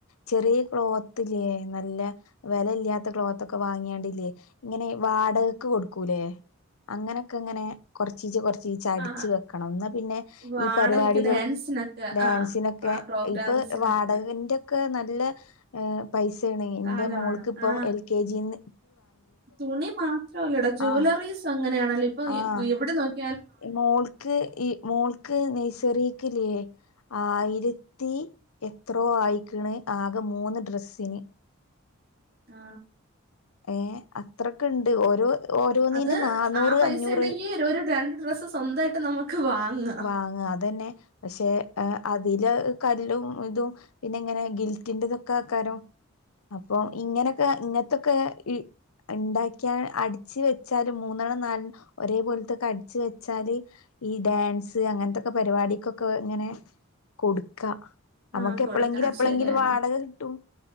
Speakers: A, on the left (about 80°); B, on the right (about 45°).
A: ചെറിയ ക്ലോത്തിലേ നല്ല വെല ഇല്ലാത്ത ക്ലോത്ത് ഒക്കെ വാങ്ങിയാണ്ടില്ലേ ഇങ്ങനെ വാടകക്ക് കൊടുക്കൂലേ അങ്ങനെയൊക്കെ ഇങ്ങനെ കൊറച്ചീച്ച <unintelligible> ച്ചടിച്ചു
B: ആ
A: വെക്കണം എന്നാ പിന്നെ
B: വാടകക്ക്
A: ഈ പരിപാടികൾ
B: ഡാൻസിനൊക്കെ
A: ഡാൻസിനൊക്കെ
B: ആ പ്രോഗ്രാംസിനൊക്കെ
A: ഇപ്പൊ വാടകന്റെ ഒക്കെ നല്ല പൈസയാണ് ഇന്റെ
B: കാലമാണ്
A: മോൾക്ക് ഇപ്പ
B: ആ
A: എൽ കെ ജിന്ന്
B: തുണി മാത്രമല്ലടാ ജ്വലറീസ്
A: ആഹ്
B: അങ്ങനെയാണല്ലോ ഇപ്പൊ
A: ആഹ്
B: എവിടെ നോക്കി
A: മോൾക്ക് ഈ മോൾക്ക് നേസറീക്കില്ലേ ആയിരത്തി എത്രോ ആയിക്കണ് ആകെ മൂന്ന് ഡ്രസ്സിന്
B: ആ
A: ഏ അത്രൊക്കെ ഉണ്ട് ഓരോ ഓരോന്നിന്
B: അത്
A: നാന്നൂറ്
B: ആ പൈസ
A: അഞ്ഞൂറ്
B: ഉണ്ടെങ്കിൽ ഒരു രണ്ട് ഡ്രസ്സ് സ്വന്തമായിട്ട് നമുക്ക് വാങ്ങാം
A: വാങ്ങ അതന്നെ പക്ഷെ ഏ അതില് കല്ലും ഇതും പിന്നെ ഇങ്ങനെ ഗിൽറ്റിന്റെതൊക്കെ ആക്കാരം അപ്പൊ ഇങ്ങനെയൊക്കെ ഇങ്ങനത്തൊക്കെ ഈ ണ്ടാക്കിയാ അടിച്ച് വെച്ചാല് മൂന്നെണ്ണം നാലെ ഒരേ പോലത്തൊക്കെ അടിച്ച് വെച്ചാല് ഈ ഡാൻസ് അങ്ങനത്തൊക്കെ പരിപാടിക്കൊക്കെ ഇങ്ങനെ കൊടുക്കാ നമ്മുക്ക്
B: ആ കൊടുക്കാം
A: എപ്പളെങ്കിലും എപ്പളെങ്കിലും
B: ശരിയടാ
A: വാടക കിട്ടും